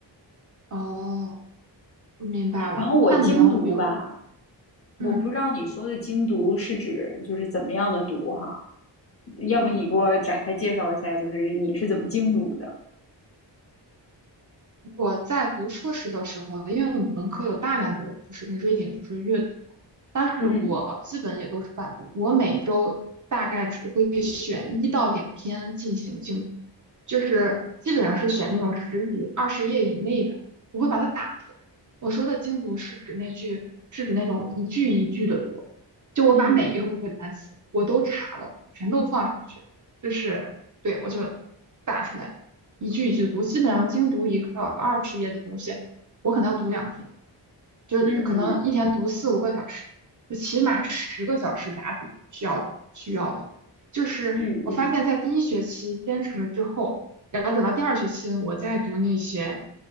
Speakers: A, on the right (about 40°); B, on the left (about 30°).
A: 哦，明白了。
B: 然后我精读吧，
A: 那你能比如，
B: 我不知道你说的精读是指就是怎么样的读哈，
A: 嗯
B: 要不你给我展开介绍一下，
A: 嗯。
B: 就是你是怎么精读的？
A: 我在读硕士的时候，因为我们文科有大量的就是那 reading，就是阅读，但是我基本也都是泛读，
B: 嗯
A: 我每周大概只会选一到两篇进行精读，就是基本上是选那种十几、二十页以内的，我会把它打出来。我说的精读是指那句，是指那种一句一句的读，就我把每一个不会的单词我都查了，
B: 嗯
A: 全都放上去，就是对我就打出来。一句一句读，基本上精读一个二十页的东西，我可能要读两天，就是可能一天读四五个小时，
B: 嗯
A: 就起码十个小时打底需要需要的。就是我发现，
B: 嗯嗯
A: 在第一学期坚持了之后，然后等到第二学期我再读那些